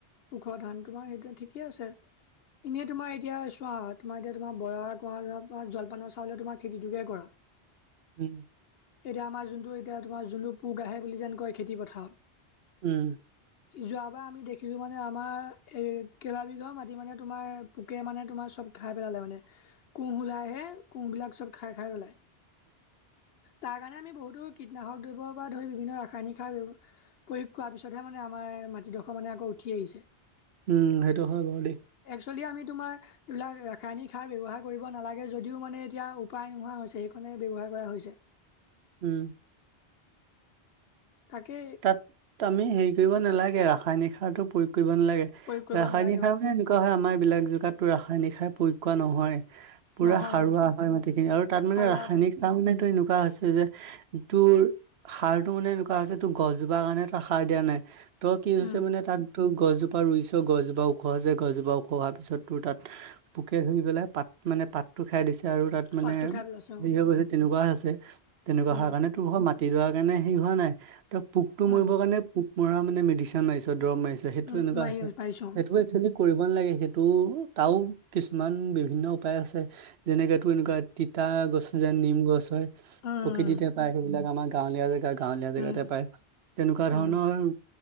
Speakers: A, on the left (about 70°); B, on the right (about 75°).
A: ওখ ধান তোমাৰ সেইটোৰে ঠিকেই আছে। এনে তোমাৰ এতিয়া চোৱা তোমাৰ এতিয়া তোমাৰ বৰা কুহা যোৱাৰ পৰা জলপানৰ চাউলে তোমাৰ খেতিটোকে কৰা।
B: উম।
A: এতিয়া আমাৰ যোনটো এতিয়া তোমাৰ যোনটো পোক আহে বুলি যেন কয় খেতি পথাৰত।
B: উম।
A: যোৱাব বা আমি দেখি চো মানে আমাৰ এই কেলা বিঘা মাটি মানে তোমাৰ পোকে মানে তোমাৰ চব খাই পেলালে মানে। কুঁহ ওলাইহে কুঁহবিলাক চব খাই খাই পেলাই।
B: <inaudible>
A: তাৰ কাৰণে আমি বহুতো কীটনাশক দ্ৰব্যৰ পৰা ধৰি বিভিন্ন ৰাসায়নিক সাৰৱ প্ৰয়োগ কৰাৰ পিছতহে মানে আমাৰ মাটিডোখৰ মানে আকৌ উঠি আহিছে।
B: উম, সেইটো হয় বাৰু দেই।
A: একেল আমি তোমাৰ এইবিলাক ৰাসায়নিক সাৰ ব্যৱহাৰ কৰিব নালাগে যদিও মানে এতিয়া উপায় নোহোৱা হৈছে। ব্যৱহাৰ কৰা হৈছে।
B: উম
A: তাকে
B: তাত আমি হেৰি কৰিব নালাগে ৰাসায়নিক সাৰতো প্ৰয়োগ কৰিব নালাগে
A: প্ৰয়োগ কৰিব
B: ৰাসায়নিক
A: নালাগে
B: সাৰ
A: অ
B: মানে এনেকুৱা হয় আমাৰ এবিলাক জেগাতটো ৰাসায়নিক সাৰ প্ৰয়োগ কৰা নহয় পুৰা
A: নহয়
B: সাৰুৱা
A: অ
B: হয় মাটিখিনি আৰু তাত মানে
A: সাৰুৱা
B: ৰাসায়নিক
A: হয়
B: সাৰা মানে তোৰ এনে একুৱা হৈছে যে তোৰ সাৰটো মানে এনেকুৱা হৈছে টো গছজোপাৰ কাৰণে তো সাৰ দিয়া নাই ত' কি হৈছে
A: উম
B: মানে তাতো গছজোপা ত পৰা ৰুইছ গছজোপা ওখছে গছজোপা ওখ হোৱাৰ পিছত তোৰ তাত পোকে ধুই পেলাই পাত মানে পাত টো খাই দিছে আৰু তাত মানে
A: পাতটো খাই পেলাইছে অ
B: হেৰি হৈ গৈছে তেনেকুৱা আছে তেনেকুৱা
A: উম
B: হোৱাৰ কাৰণে তোৰ মাটিডৰা কাৰণে হেৰি হোৱা নাই ত পোকটো
A: উম
B: মৰিবৰ কাৰণে পোক মৰা মানে মেডিচিন মাৰিছ দৰৱ মাৰিছ সেইটো
A: উম
B: তেনেকুৱা
A: মাৰি
B: আছে
A: পাৰিছো
B: সেইটো একচুৱেলি কৰিব নালাগে সেইটো তাও কিছুমান বিভিন্ন উপায় আছে যেনেক তো এনেকুৱা তিতা গছে যে নিম গছ হয়
A: অ উম
B: প্ৰকৃতিতে পায় সেইবিলাক আমাৰ গাঁৱলীয়া জেগা গাঁৱলীয়া জেগাতে
A: উম
B: পায় তেনেকুৱা ধৰণৰ
A: উম